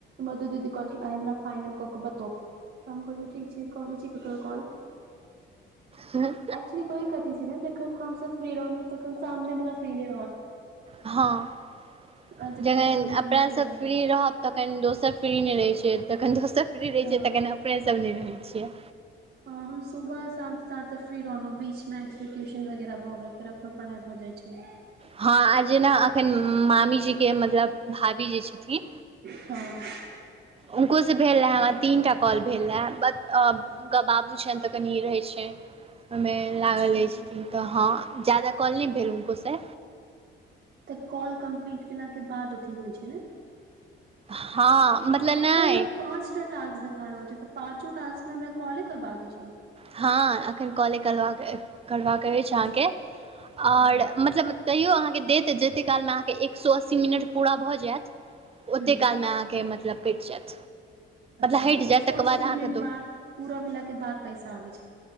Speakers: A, on the right (about 55°); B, on the right (about 30°).
A: मधु दीदी कहखिन्ह। फाइनल कऽ के बतो त हम कहलिय ठीक छै करै छी ककरो कॉल।
B: हँ
A: एकच्वली ओहि कथी छै ने जखन हमसब फ्री रहलौं तखन सामने वला फ्री नहि रहल।
B: हँ
A: आ जखन
B: जखनि
A: सामने
B: अपना
A: वला
B: सब
A: रहल
B: फ्री
A: तखन
B: रहब तखनि दोसर फ्री नहि रहै छै तखन दोसर फ्री रहै
A: हँ
B: छै तखन अपने सब नहि रहै छियै।
A: हॅं हम सुबह शाम तसाथ फ्री रहलहुँ बीचमे ट्यूशन वगैरह भऽ गेल फेर अपनो पढ़ाइ भऽ जाइ छै।
B: हँ आ जेना अखनि मामीजी के मतलब भाभी जे छथिन?
A: हँ
B: हुनको से भेल रहै हमरा तीन टा कॉल भेल रहै बट अ हुनका बाबू छनि तऽ कनि ई रहै छै। ओहिमे लागल
A: अच्छा
B: रहै छथिन तऽ हँ ज्यादा कॉल नहि भेल हुनको से
A: तऽ कॉल कम्प्लीट केला के बाद अथि होइ छै ने।
B: हँ मतलब
A: एहि
B: नहि
A: पर हमरा पांच टा टास्क देखा रहल छै तऽ पांचो टास्क में हमरा कॉले करबा के छै?
B: हँ एखन कॉले करबाक करबाक अछि अहाँके
A: अच्छा
B: आओर
A: हँ
B: मतलब तैयो अहाँके देत जते कालमे अहाँके एक सए अस्सी मिनट पूरा भऽ जायत। ओते
A: हूँ
B: काल मे अहाँके मतलब कटि जायत।
A: अच्छा
B: हटि
A: मतलब
B: जायत
A: एक सौ
B: तकर
A: अस्सी
B: बाद अहाँके
A: मिनट
B: दो
A: बाद पूरा भेला के बाद पैसा अबै छै।